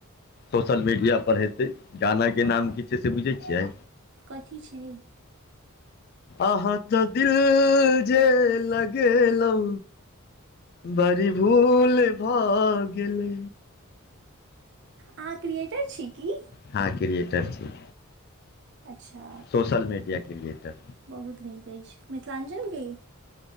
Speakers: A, on the left; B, on the right.
A: सोशल मीडिया पर हेतै गाना के
B: हँ
A: नाम की छै से बुझै छियै
B: कथी छै
A: अहाँ तऽ दिल जे लगेलहुँ बड़ी भूल भए गेले
B: अहाँ क्रिएटर छी की
A: हँ क्रिएटर छी
B: अच्छा
A: सोशल मीडिया के लिए तऽ
B: बहुत नीक अछि मिथिलाञ्चलके